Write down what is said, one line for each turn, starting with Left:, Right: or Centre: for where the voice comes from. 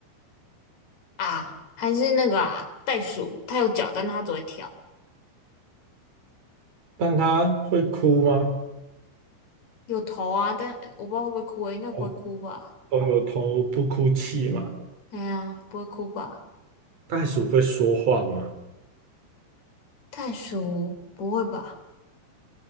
Left: 啊，还是那个啊，袋鼠，它有脚，但它只会跳，
Right: 但它会哭吗？
Left: 有头啊，但我不知道会不会哭、欸，应该不会哭吧？
Right: 哦，哦，有头不哭泣嘛？
Left: 哎呀，不会哭吧？
Right: 袋鼠会说话吗？
Left: 袋鼠不会吧？